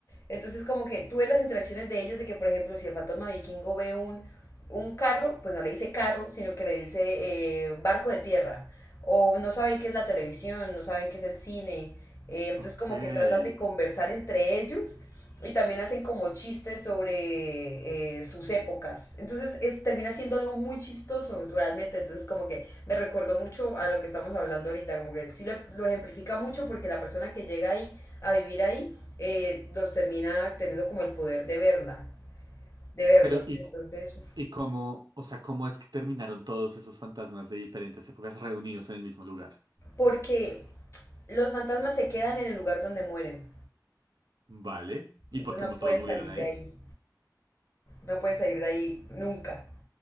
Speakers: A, on the left; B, on the right.
A: Entonces como que tú ves las interacciones de ellos de que, por ejemplo, si el fantasma vikingo ve un, un carro, pues no le dice carro, sino que le dice eh, barco de tierra o no saben qué es la televisión, no saben qué es el cine. eh, entonces
B: Ok.
A: como que tratan de conversar entre ellos y también hacen como chistes sobre eh, sus épocas. Entonces es, termina siendo algo muy chistoso realmente. Entonces como que me recordó mucho a lo que estamos hablando ahorita, como que sí lo, lo ejemplifica mucho porque la persona que llega ahí a vivir ahí eh, los termina teniendo como el poder de verla, de verlos.
B: Pero, ¿y,
A: Entonces, uf,
B: y cómo, o sea, cómo es que terminaron todos esos fantasmas de diferentes épocas reunidos en el mismo lugar?
A: porque los fantasmas se quedan en el lugar donde mueren.
B: Vale. ¿Y
A: Entonces
B: por qué
A: no
B: mu-
A: pueden
B: todos murieron
A: salir
B: ahí?
A: de ahí, no pueden salir de ahí nunca.